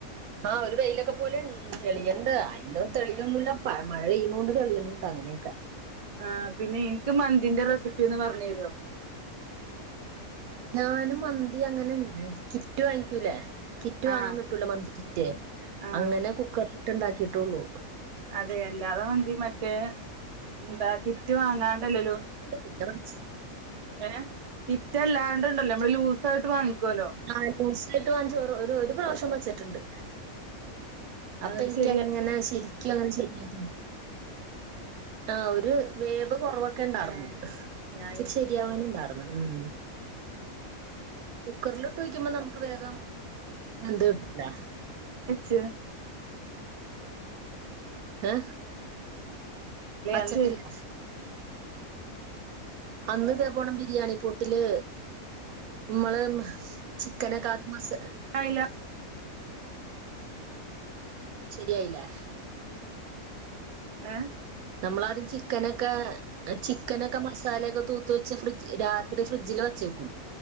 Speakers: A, on the right; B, on the right.
A: ആഹ് ഒരു വെയിലൊക്കെ പോലെ ഇ ഉം തെളിയ്ണ്ട്. അയ്ന് തെളിയൊന്നുല്ലപ്പ. മഴ പെയ്യണോണ്ട് തെളിയണുണ്ട്. അങ്ങനെയൊക്കെ.
B: ആഹ് പിന്നെ ഇൻക്ക് മന്തിന്റെ റെസിപ്പി ഒന്ന് പറഞ്ഞു തരോ?
A: ഞാനും മന്തി അങ്ങനെ ഇണ്ടാക്കി കിറ്റ് വാങ്ങിക്കൂലേ? കിറ്റ് വാങ്ങാൻ
B: ആഹ്
A: കിട്ടൂലെ മന്തിക്കിറ്റ്,
B: ആഹ്
A: അങ്ങനെ കുക്കറി ട്ടിട്ട് ഇണ്ടാക്കിയിട്ടുള്ളൂ.
B: അതെ, അല്ലാതെ മന്തി മറ്റേ, എന്താ കിറ്റ് വാങ്ങാണ്ടല്ലല്ലോ?
A: ഫുഡ്ഡ് മത്സ
B: ഏഹ്, കിറ്റല്ലാണ്ട് ഇണ്ടല്ലോ നമ്മള് ലൂസായിട്ട് വാങ്ങിക്കുവല്ലോ
A: ആ ലൂസായിട്ട് വാങ്ങിച്ച് ഒരു ഒരു ഒരു പ്രാവശ്യം വെച്ചിട്ട്ണ്ട്. അപ്പൊ
B: എന്നിട്ട്
A: എനിക്ക്
B: ശരിയാ
A: അങ്ങനെ ശരി ക്കങ്ങനെ ചെയ്യാം. ആഹ് ഒരു വേവ് കൊറവ് ക്കെണ്ടാർന്ന്.
B: ഏഹ് ഞാന്
A: ഇച്ചിരി ശരിയാവാനു ഇണ്ടാർന്ന്. ഉം. കുക്കറിലിട്ട് വയ്ക്കുമ്പോ നമുക്ക് വേഗം വെന്ത് കിട്ടൂല്ല.
B: ഇച്ച്
A: ഈഹ്
B: അല്ലെ
A: വെച്ചട്ടില്ല. അന്ന് ഇതേ പോണ് ബിരിയാണി പൊട്ടില് ഇമ്മള് ചിക്കനൊക്കെ ആക്കി മസാ
B: അയില
A: ശരിയായില്ലേ?
B: ഏഹ്?
A: നമ്മളാദ്യം ചിക്കനെ ക്കെ ചിക്കനൊക്കെ മസാലയൊക്കെ തൂത്ത് വെച്ച് ഫ്രിഡ്ജ് രാത്രി ഫ്രിഡ്ജില് വച്ചേക്കും.